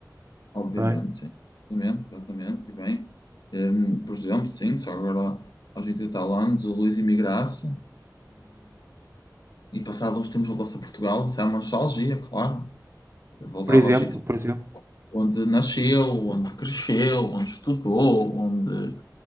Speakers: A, on the left; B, on the right.
A: obviamente,
B: não é?
A: sim, exatamente, exatamente, e bem, Hum, por exemplo, sim, só agora aos 80 e tal anos, o Luís Imigraça, e passado uns tempos voltou-se a Portugal. Isso é uma nostalgia, claro. Voltava
B: Por exemplo,
A: aos sítios
B: por exemplo.
A: onde nasceu, onde cresceu, onde estudou, onde